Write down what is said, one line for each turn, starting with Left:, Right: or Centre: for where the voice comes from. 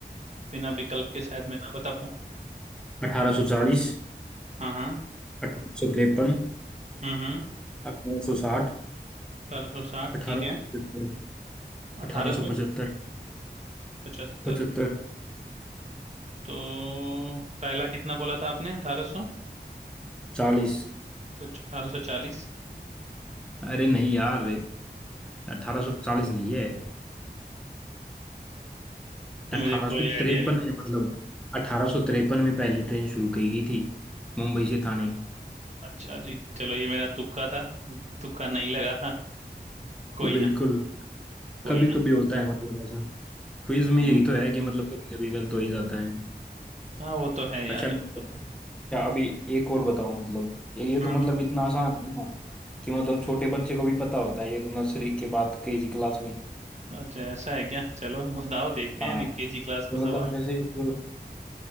Right: बिना विकल्प के शायद मैं ना बता पाऊँ
Centre: अठारह सौ चालीस
Right: हाँ हाँ
Centre: अठारह सौ तिरपन
Right: हम्म हम्म
Centre: अठारह सौ साठ
Right: अठारह सौ साठ
Centre: अठारह
Right: ठीक है
Centre: सौ पचहत्तर
Right: अठारह
Centre: अठारह सौ
Right: सौ
Centre: पचहत्तर
Right: पचहत्तर
Centre: पचहत्तर
Right: तो पहला कितना बोला था आपने अठारह सौ
Centre: चालीस
Right: तो अठारह सौ चालीस
Centre: अरे नहीं यार अठारह सौ चालीस नहीं है
Right: मुझे
Centre: अठारह
Right: कोई
Centre: सौ
Right: आइडिया
Centre: तिरपन
Right: नहीं
Centre: है मतलब अठारह सौ तिरपन में पहली ट्रेन शुरू की गई थी मुंबई से थाने
Right: अच्छा जी चलो ये मेरा तुक्का था तुक्का नहीं लगा कोई
Centre: बिल्कुल
Right: ना कोई
Centre: कभी
Right: ना
Centre: कभी होता है मतलब ऐसा क्विज में
Right: हाँ
Centre: यही तो है कि मतलब कभी कभी गलत हो ही जाता है
Right: हाँ वो तो है यार
Centre: अच्छा अच्छा
Right: बता
Centre: अभी एक और बताओ मतलब ये ये
Right: हाँ
Centre: तो मतलब
Right: हाँ
Centre: इतना आसान है ना कि मतलब छोटे बच्चे को भी पता होता है ये तो नर्सरी के बाद केजी क्लास में
Right: अच्छा ऐसा है क्या चलो बताओ देखते
Centre: हाँ
Right: हैं निक्की जी क्लास
Centre: तो
Right: का
Centre: मतलब
Right: सवाल
Centre: जैसे जो